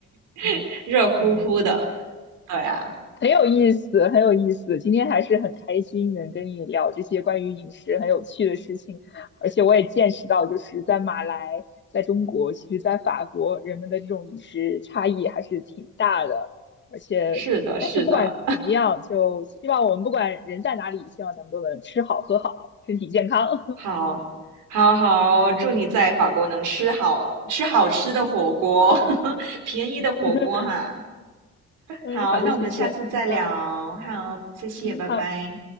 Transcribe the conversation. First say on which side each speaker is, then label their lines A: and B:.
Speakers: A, on the right; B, on the left.
A: <laughs>
B: 嗯。
A: 热乎乎的，
B: 嗯。
A: 对啊，
B: 很有意思，很有意思。今天还是很开心能跟你聊这些关于饮食很有趣的事情，而且我也见识到，就是在马来，在中国，其实在法国，人们的这种饮食差异还是挺大的。而且，
A: 是的，
B: 但是不管怎么样，
A: 是的。
B: 就希望我们不管人在哪里，希望咱们都能吃好喝好，身体健康。
A: 好，好好，祝你在法国能吃好吃好吃的火锅，<laughs> 便宜的火锅哈。
B: <laughs> 嗯，
A: 好，
B: 好的，
A: 那我们下次再聊。
B: 谢谢。那
A: 好，谢谢，
B: 嗯，
A: 拜拜。
B: 好。